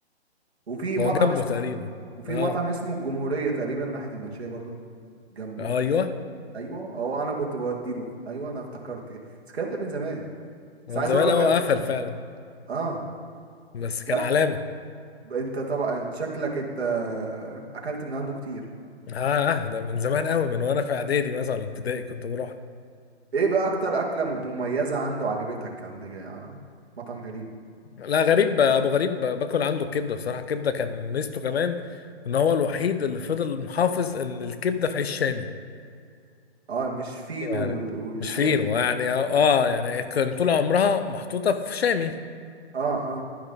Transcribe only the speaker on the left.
هو جنبه
تقريبا
اه
ايوه
هو من
زمان
قوي قفل فعلا
بس كان
علامه
اه اه ده من زمان قوي من وانا في اعدادي مثلا ولا ابتدائي كنت بروح
لا غريب ابو غريب باكل عنده الكبده بصراحه الكبده كان ميزته كمان ان هو الوحيد اللي فضل محافظ ان الكبده في عيش شامي
يعني
مش فين
يعني اه يعني كان طول عمرها محطوطه في شامي